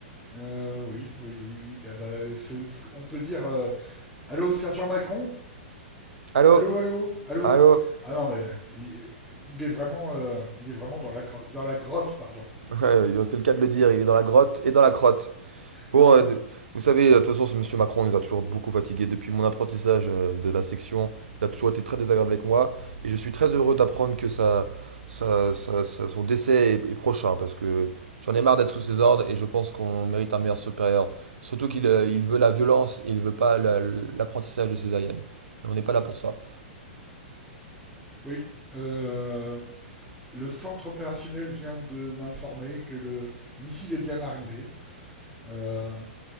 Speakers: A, in the centre; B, on the right.
A: Euh, oui, oui, oui, oui. Ah bah, c'est ce qu'on peut dire. euh, Allô, Sergent Macron
B: Allô?
A: Allô, allô, allô
B: Allô?
A: Ah non, mais il, il est vraiment, euh, il est vraiment dans la, gro- dans la grotte, pardon.
B: <laughs> C'est le cas de le dire, il est dans la grotte et dans la crotte. Bon,
A: Hein
B: euh, de- vous savez, euh, de toute façon, ce monsieur Macron nous a toujours beaucoup fatigués depuis mon apprentissage euh, de la section. Il a toujours été très désagréable avec moi. Et je suis très heureux d'apprendre que ça, ça- ça- ça- son décès est, est prochain, parce que j'en ai marre d'être sous ses ordres et je pense qu'on mérite un meilleur supérieur. Surtout qu'il euh, il veut la violence et il veut pas la- l'apprentissage de ses aliens. Et on n'est pas là pour ça.
A: Oui. euh, le centre opérationnel vient de m'informer que le missile est bien arrivé. Euh,